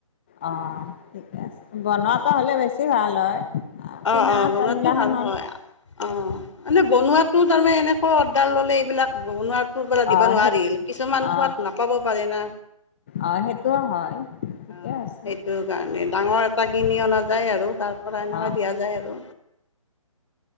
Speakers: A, on the left; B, on the left.
A: অ' ঠিক আছে বনোৱাটো হ'লে বেছি ভাল হয়। কিনা
B: অ', অ'
A: আচাৰ
B: বনোৱাতো
A: গিলাখান
B: ভাল
A: হ'ল
B: হয়। অ' মানে বনোৱাতো তাৰমানে এনেকৈ অৰ্ডাৰ ললে এইবিলাক বনাত ত পৰােলা
A: অ
B: দিব নোৱাৰিল
A: সেই
B: কিছুমান
A: অ
B: সোৱাদ নাপাব পাৰে না।
A: অ সেইটোও হয়। ঠিকে
B: অ'
A: আছে
B: সেইটো কাৰণে ডাঙৰ এটা কিনি অনা যায় আৰু তাৰ পৰা এনেকা
A: অ
B: প যায় আৰু।